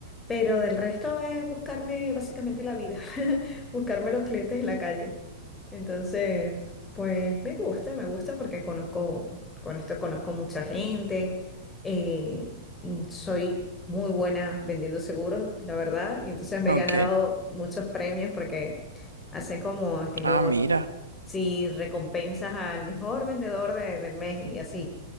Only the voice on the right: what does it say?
ok.
Ah, mira.